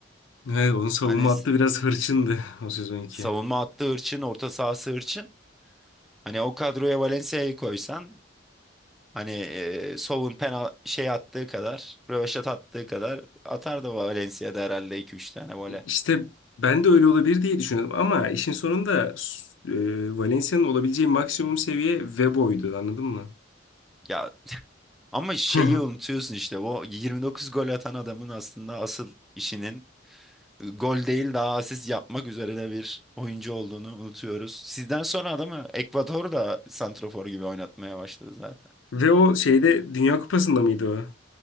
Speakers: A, on the left; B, in the centre.
A: Evet onun savunma
B: Hani
A: hattı
B: s-
A: biraz hırçındı o sezonki.
B: savunma hattı hırçın, orta sahası hırçın. Hani o kadroya Valencia'yı koysan hani e, Sow'un penal şey attığı kadar, röveşat attığı kadar atar da Valencia'da herhalde iki üç tane böyle.
A: İşte ben de öyle olabilir diye düşünüyordum ama işin sonunda e, Valencia'nın olabileceği maksimum seviye Vebo'ydu anladın mı?
B: Ya ama şeyi
A: <laughs>
B: unutuyorsun işte o 29 gol atan adamın aslında asıl işinin e, gol değil daha asist yapmak üzerine bir oyuncu olduğunu unutuyoruz. Sizden sonra adamı Ekvador da santrafor gibi oynatmaya başladı zaten.
A: Ve o şeyde Dünya Kupası'nda mıydı o?